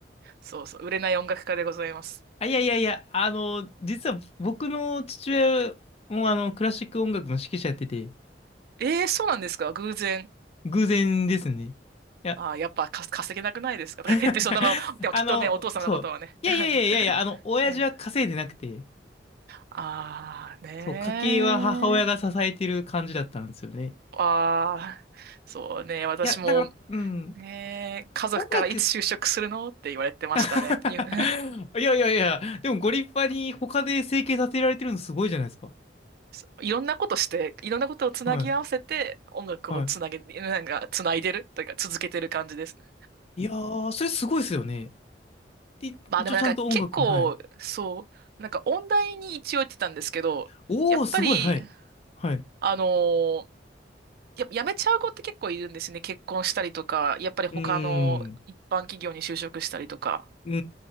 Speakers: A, on the right; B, on the left.
A: そうそう、売れない音楽家でございます。
B: あ、いやいやいや、あの、実は僕の父親もあの、クラシック音楽の指揮者やってて、
A: えー、そうなんですか偶然。
B: 偶然ですね。いや、
A: あー、やっぱか稼げなくないですかとか言って
B: <laughs>
A: <laughs>、そんなの、でもきっとね、
B: あの、
A: お父様のことはね。
B: そう。いやいやいやいやいや、
A: <laughs>
B: あの、親父は稼いでなくて、
A: ええああねー。
B: そう、家計は母親が支えてる感じだったんですよね。
A: ああ、そうね。私も、
B: いや、だから、うん、
A: ねー、家族からいつ就職するのって言われてましたね。
B: 音楽 <laughs>
A: に <laughs>
B: いやいやいや、でもご立派に他で生計立てられてるのすごいじゃないですか。
A: そういろんなことして、いろんなことをつなぎ合わせて、
B: はい、
A: 音楽をつなげ、
B: は
A: なんか、つないでるというか、続けてる感じですね。
B: い。いやー、それすごいですよね。
A: <laughs>
B: で、
A: まあでもなんか結構、
B: 一応ちゃんと音楽も、はい。
A: そう、なんか音大に一応行ってたんですけど、
B: おー、
A: やっぱり、
B: すごい、はい。はい。
A: あのーやっぱ辞めちゃう子って結構いるんですね。結婚したりとか、やっぱり他の一般企業に就職したりとか。
B: うーん、うー